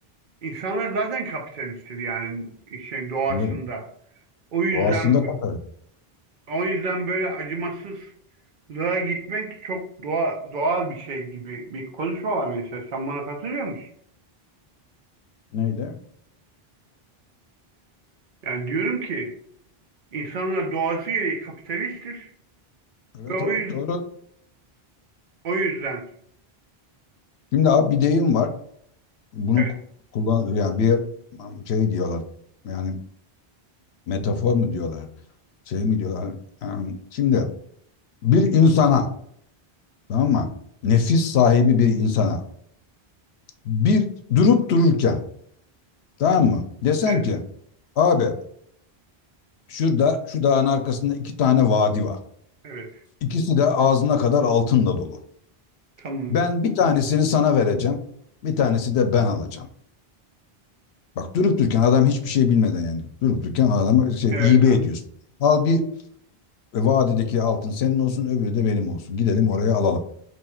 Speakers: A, on the right (about 55°); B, on the left (about 85°).
A: İnsanlar zaten kapitalisttir yani şey doğasında.
B: Evet.
A: O yüzden
B: Doğasında kadar.
A: o yüzden böyle acımasızlığa gitmek çok doğa, doğal bir şey gibi bir konuşma var mesela. Sen bana katılıyor musun?
B: Neydi?
A: Yani diyorum ki İnsanlar doğası gereği kapitalisttir
B: Evet
A: ve o
B: evet
A: yüz-
B: doğru.
A: o yüzden
B: Şimdi abi bir deyim var. bunu
A: evet
B: kullan yani bir şey diyorlar yani metafor mu diyorlar şey mi diyorlar Yani şimdi bir insana tamam mı nefis sahibi bir insana bir durup dururken tamam mı desen
A: evet
B: ki abi şurada şu dağın arkasında iki tane vadi var
A: evet
B: ikisi de ağzına kadar altınla dolu
A: tamam
B: ben bir tanesini sana vereceğim bir tanesi de ben alacağım bak durup dururken adam hiçbir şey bilmeden yani durup dururken adamı şey,
A: evet
B: hibe
A: abi.
B: ediyorsun Al bir E, vadideki altın senin olsun öbürü de benim olsun. Gidelim oraya alalım.